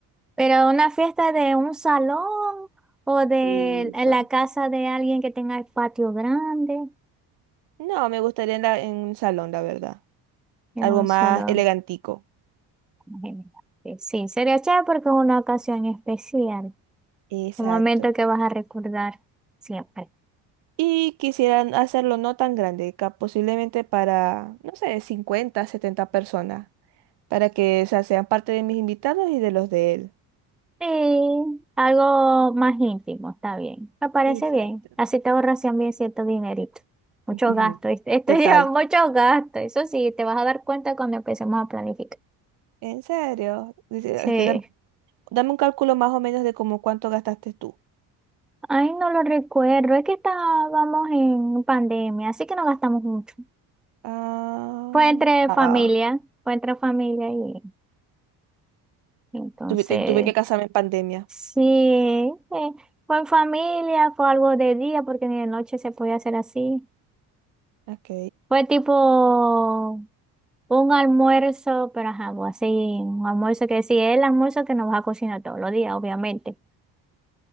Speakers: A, in the centre; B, on the right.
A: Pero una fiesta de un salón o de
B: Eso.
A: en la casa de alguien que tenga el patio grande,
B: No, me gustaría en, la- en un salón, la verdad.
A: en
B: Algo
A: un
B: más
A: salón.
B: elegantico.
A: imagínate. Sí, sí, sería chévere porque es una ocasión especial,
B: Exacto.
A: un momento que vas a recordar siempre.
B: Y quisieran hacerlo no tan grande, ca- posiblemente para, no sé, 50 70 personas, para que, o sea, sean parte de mis invitados y de los de él.
A: Sí, algo más íntimo, está bien. Me parece
B: Exacto.
A: bien. Así te ahorras también cierto dinerito. Mucho
B: <laughs>
A: gasto. ¿viste? <laughs> Esto lleva
B: Total.
A: mucho gasto. Eso sí, te vas a dar cuenta cuando empecemos a planificar.
B: En serio. Dice,
A: Sí.
B: este, dam- dame, un cálculo más o menos de como cuánto gastaste tú.
A: Ay, no lo recuerdo. Es que estábamos en pandemia, así que no gastamos mucho.
B: Ah,
A: Fue entre familia,
B: ah,
A: fue entre familia y entonces,
B: tuve, te- tuve que casarme en pandemia.
A: sí, eh, fue en familia, fue algo de día porque ni de noche se podía hacer así.
B: Ok,
A: Fue tipo un almuerzo, pero ajá, pues, así, un almuerzo que sí, es el almuerzo que nos vas a cocinar todos los días, obviamente.